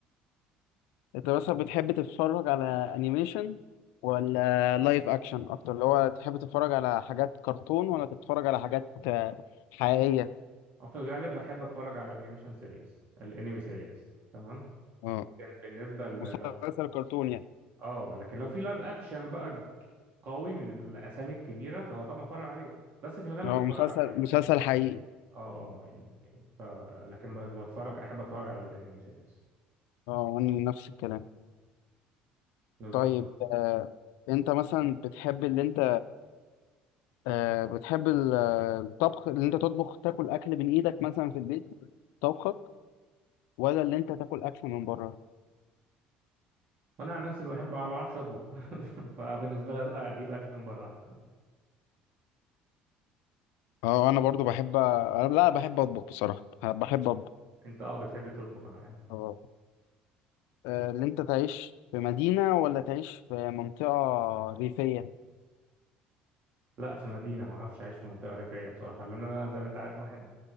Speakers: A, on the left (about 85°); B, on the right (about 50°).
A: انت مثلا بتحب تتفرج على انيميشن ولا لايف اكشن اكتر اللي هو تحب تتفرج على حاجات كرتون ولا تتفرج على حاجات آه، حقيقية
B: أو في الغالب بحب أتفرج على الأنيميشن سيريس الأنمي سيريس تمام
A: اه
B: كان بالنسبة ل-
A: مسلسل
B: لو
A: كرتون يعني
B: اه لكن لو في لايف اكشن بقى قوي من الاسامي الكبيره فطبعا اتفرج عليه بس في الغالب
A: اه
B: بتفرج
A: مسلسل
B: على انمي
A: مسلسل حقيقي
B: اه اه يعني ف... لكن ب- بتفرج احب اتفرج على الانمي سيريز
A: اه وانا نفس الكلام
B: بالظبط
A: طيب آه انت مثلا بتحب اللي انت آه بتحب ال- آه، الطبخ اللي انت تطبخ تاكل اكل من ايدك مثلا في البيت طبخك ولا اللي انت تاكل اكل من بره
B: وانا عن نفسي ما بحب ما بعرفش اطبخ <laughs> فبالنسبه لي اجيب اكل من بره احسن
A: اه انا برضو بحب أ- انا لا بحب اطبخ بصراحة بحب
B: انت اه بتحب تطبخ انا عارف
A: اطبخ آه، اللي انت تعيش في مدينة ولا تعيش في منطقة ريفية
B: لا في مدينه ما اعرفش اعيش في منطقه ريفيه بصراحه لان انا زي ما انت عارف واحد